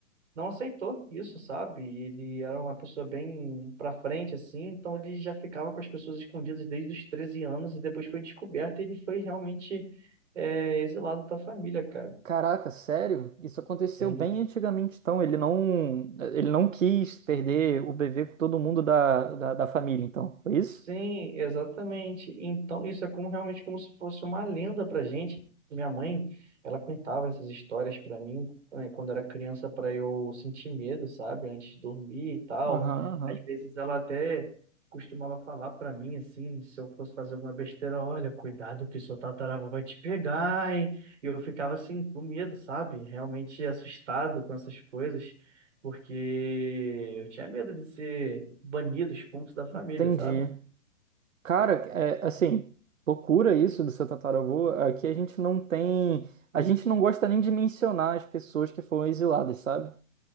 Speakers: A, on the right; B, on the right.
A: não aceitou isso, sabe? E Ele era uma pessoa bem pra frente assim, então ele já ficava com as pessoas escondidas desde os 13 anos e depois foi descoberto e ele foi realmente é, exilado da família, cara.
B: Caraca, sério? Isso aconteceu
A: Sim.
B: bem antigamente, então. Ele não, ele não quis perder o bebê com todo mundo da, da, da família, então. Foi isso?
A: Sim, exatamente. Então, isso é como realmente como se fosse uma lenda para gente. Minha mãe, ela contava essas histórias para mim né, quando era criança para eu sentir medo, sabe, antes de dormir e tal.
B: Aham, aham.
A: Às vezes ela até costumava falar para mim assim, se eu fosse fazer alguma besteira, olha, cuidado que seu tataravô vai te pegar, hein? E eu ficava assim com medo, sabe? Realmente assustado com essas coisas, porque eu tinha medo de ser banido, expulso da família,
B: Entendi.
A: sabe?
B: Cara, é, assim, loucura isso do seu tataravô. Aqui a gente não tem. A gente não gosta nem de mencionar as pessoas que foram exiladas, sabe?